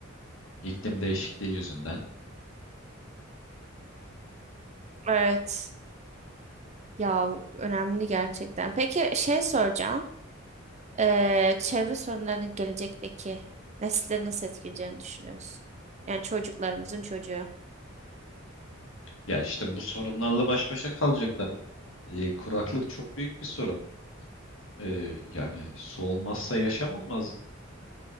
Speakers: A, on the left (about 75°); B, on the right (about 35°).
A: İklim değişikliği yüzünden.
B: evet. Ya önemli gerçekten. Peki şey soracağım. Ee, çevre sorunlarının gelecekteki nesleri nasıl etkileyeceğini düşünüyorsun? Yani çocuklarımızın çocuğu.
A: Ya işte bu sorunlarla baş başa kalacaklar. E, kuraklık çok büyük bir sorun. E, yani su olmazsa yaşam olmaz.